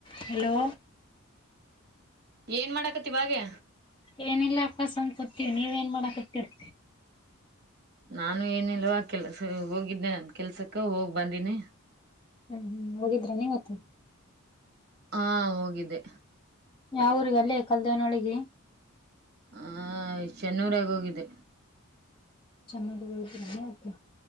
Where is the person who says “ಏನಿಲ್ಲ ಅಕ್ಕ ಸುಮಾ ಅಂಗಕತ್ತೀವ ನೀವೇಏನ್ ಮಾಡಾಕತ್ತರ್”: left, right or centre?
Left